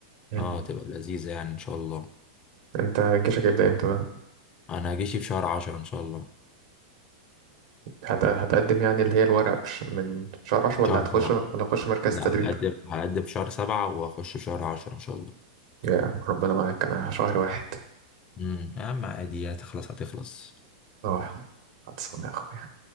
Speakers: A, on the right; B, on the left.
A: مم.
B: اه تبقى لذيذه يعني ان شاء الله
A: أنت جيشك هيبدأ إمتى بقى؟
B: انا هجيش في شهر عشرة ان شاء الله
A: هت... هتقدم يعني اللي هي الورق مش- من شهر عشرة ولا
B: شهر
A: هتخش
B: سبعة
A: ولا هتخش مركز
B: لا
A: تدريب
B: هقدم هقدم في شهر سبعة واخش في شهر عشرة ان شاء الله
A: يا ربنا معاك أنا شهر واحد
B: امم يا عم عادي هتخلص هتخلص
A: أه هتصوم يا أخويا